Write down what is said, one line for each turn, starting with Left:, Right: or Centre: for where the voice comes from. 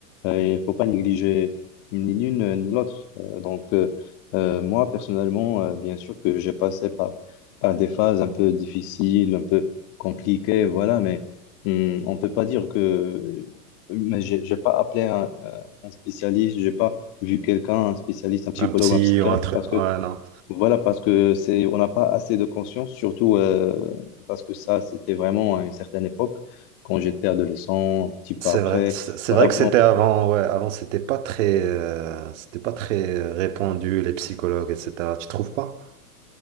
Left: Euh, Et il faut pas négliger ni l'une euh, ni l'autre. Euh, donc, euh, euh, moi, personnellement, euh, bien sûr que j'ai passé par, par des phases un peu difficiles, un peu compliquées, voilà, mais hum, on peut pas dire que. Mais j'ai j'ai pas appelé un, euh, un spécialiste, j'ai pas vu quelqu'un, un spécialiste, un psychologue,
Right: Un petit
Left: un psychiatre
Right: ou un truc.
Left: parce que
Right: Ouais, non.
Left: voilà, parce que c'est, on n'a pas assez de conscience, surtout euh, parce que ça, c'était vraiment à une certaine époque, quand j'étais adolescent, un petit peu
Right: C'est
Left: après.
Right: vrai, c'est c'est
Left: Voilà,
Right: vrai que c'était avant, ouais, avant c'était pas très, euh, c'était pas très répandu, les psychologues, etc. Tu trouves pas?